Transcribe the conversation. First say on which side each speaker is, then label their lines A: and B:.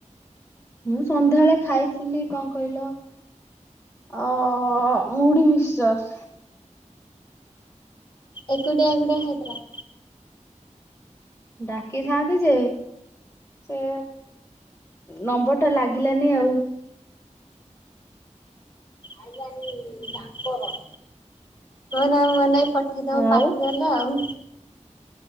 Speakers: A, on the left (about 20°); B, on the left (about 40°).
A: ମୁଁ ସନ୍ଧ୍ୟାବେଳେ ଖାଇଥିଲି କଣ କହିଲ ଅ ଅ ମୁଢି ମିକ୍ସଚର।
B: ଏକୁଟିଆ ଏକୁଟିଆ ଖାଇଦେଲ?
A: ଡାକିଥାନ୍ତି ଯେ ସେ ନମ୍ବର ଟା ଲାଗିଲାନି ଆଉ।
B: ଆଇଲାନି ତାଙ୍କର। ମୋ ନାଁ ମୋ ନାଇଁ ପଠେଇଦବ ପାର୍ଶଲ
A: ଆଉ
B: ଆଉ।